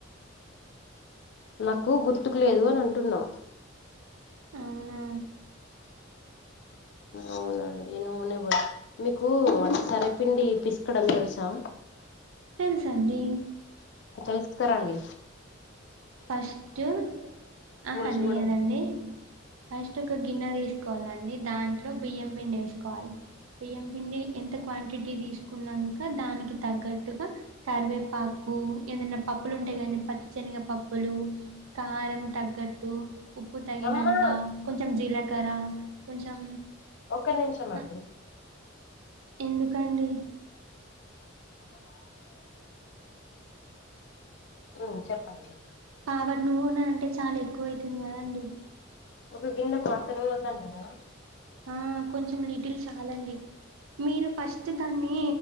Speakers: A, on the left; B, on the right.
A: నాకు గుర్తుకు లేదు అని అంటున్నా
B: అవునా
A: అవునండి నూనె బొ మీకు అంటే సరపిండి పిసుకడం తెలుసా
B: తెలుసండి
A: తీసుకారండి
B: ఫస్ట్ ఆహా
A: <unintelligible>
B: లేదండి ఫస్ట్ ఒక గిన్నె తీసుకోవాలండి దాంట్లో బియ్యం పిండి వేసుకోవలి బియ్యం పిండి ఎంత క్వాంటిటీ తీసుకున్నక దానికి తగ్గ <unintelligible> <unintelligible> కరివేపాకు ఏదన పప్పులు ఉంటాయి గాని పచ్చిశనిగ పప్ <unintelligible> కారం తగ్గట్టు ఉప్పు తగినంత
A: అమ్మా
B: కొంచెం జీలకర్ర కొంచెం
A: ఒక్క నిమిషం
B: హ,
A: అండి
B: ఎందుకండి
A: ఉ చెప్పండి
B: <unintelligible> అంటే చాలా ఎక్కువ అవుతుంది కదండి
A: ఒక గిన్నె <unintelligible> వద్దంటార
B: ఆ కొంచెం లిటిల్ చాలండి మీరు ఫస్ట్ దాన్ని